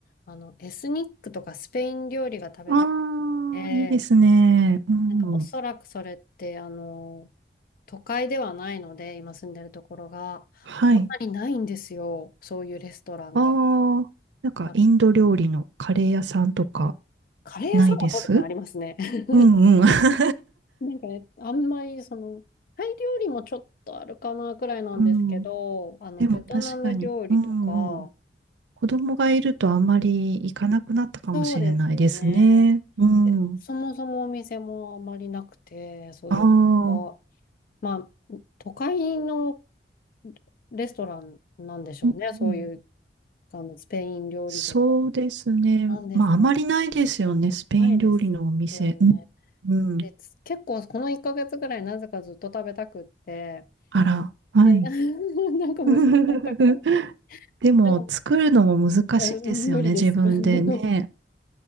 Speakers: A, on the left; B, on the right.
A: あの、エスニックとかスペイン料理が食べたく
B: ああ、
A: て、
B: いいですね。うん。
A: なんかおそらくそれって、あの、都会ではないので、今住んでるところが、
B: はい。
A: あんまりないんですよ、そういうレストランが。
B: ああ、なんかインド料理のカレー屋さんとか
A: あ、カレー屋さんはそうですね、
B: ないです
A: ありますね。<laughs>
B: うんうん。<laughs>
A: なんかね、あんまりその、タイ料理もちょっとあるかなくらいなんですけど、
B: うん。
A: あの、
B: でも確かに。
A: ベトナム料理とか、
B: うんうん。子供がいるとあんまり行かなくなったかもしれないですね。
A: そうですよね。
B: うん。
A: えそもそもお店もあまりなくて、そういうお店が。
B: ああ、う
A: まあ、都会のレストランなんでしょうね。
B: んうん
A: そういう、あの、スペイン料理とか。
B: そうですね。
A: なんですかね。
B: まああまりないですよね。スペイン料理のお店。
A: ないですよね。
B: うん。うん
A: で、つ結構この1ヶ月ぐらいなぜかずっと食べたくって、
B: あら、はい。
A: で、な <laughs> なんか無性に食べたかったんですけど、
B: <laughs> でも作るのも難しいですよね。
A: なんか、え無理です。
B: 自分でね。
A: <laughs>